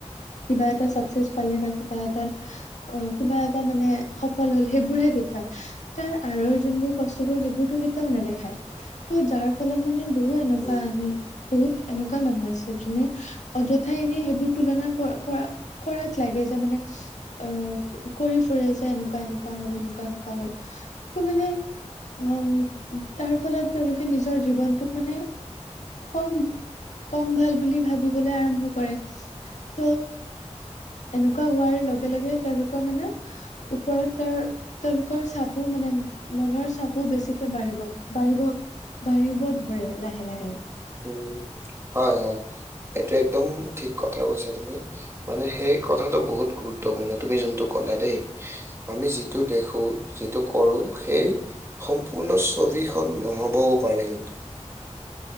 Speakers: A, on the left (about 80°); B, on the right (about 20°).
A: কিবা এটা চাকচেছ পালে বা কিবা এটা অ' কিবা এটা মানে সফল হ'ল সেইবোৰহে দেখুৱায়। তাৰ আঁৰৰ যোনবোৰ কষ্টবোৰ সেইবোৰতো কেতিয়াও নেদেখায়। ত' যাৰ ফলত মানে বহু এনেকুৱা
B: উম
A: আমি বহুত এনেকুৱা মানুহ আছে, যোনে অযথাই এনে সেইবোৰ তুলনা কৰা কৰাত লাগে যে মানে আ, কৰি ফুৰে যে এনেকুৱা এনেকুৱা হ'লে এনেকুৱা এনেকুৱা হয়। ত' মানে উ, তাৰফলত তেওঁলোকে নিজৰ জীৱনটোক মানে কম কম ভাল বুলি ভাবিবলৈ আৰাম্ভ কৰে, ত' এনেকুৱা হোৱাৰ লগে লগে তেওঁলোকৰ মানে, ওপৰত তেওঁৰ তেওঁলোকৰ চাপো মানে মনৰ চাপো বেছিকে বাঢ়িব, বাঢ়িব বাঢ়িব ধৰে লাহে লাহে।
B: উম, হয় হয়, এইটো একদম ঠিক কথাই কৈছা তুমি। মানে সেই কথাটো বহুত গুৰুত্বপূৰ্ণ, তুমি যোনটো কলা দেই। আমি যিটো দেখো, যিটো কৰো সেই সম্পূৰ্ণ ছবিখন নহ'বও পাৰে কিন্তু।